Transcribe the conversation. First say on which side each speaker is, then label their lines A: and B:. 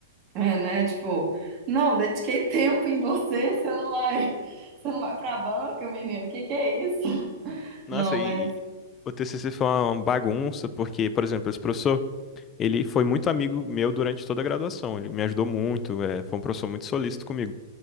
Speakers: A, on the right; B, on the left.
A: É, né? Tipo, não, dediquei tempo em você, você não vai, <laughs> você não vai pra banca, menino. Que que é isso?
B: Nossa,
A: Não,
B: e,
A: mas
B: e o TCC foi uma bagunça, porque, por exemplo, esse professor, ele foi muito amigo meu durante toda a graduação. Ele me ajudou muito, é, foi um professor muito solícito comigo.